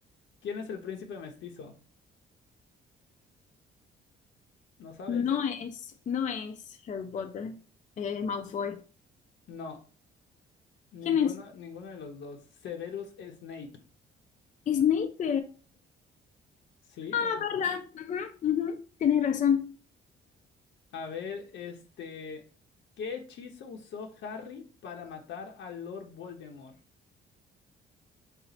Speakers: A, on the left; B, on the left.
A: ¿Quién es el príncipe mestizo? ¿No sabes?
B: No es, no es Harry Potter, es Malfoy.
A: No, ninguno,
B: ¿Quién es?
A: ninguno de los dos. Severus Snape.
B: Snape,
A: Sí,
B: Ah,
A: es
B: ¿verdad?
A: Snape.
B: Ujú, ujú, Tienes razón.
A: A ver, este, ¿qué hechizo usó Harry para matar a Lord Voldemort?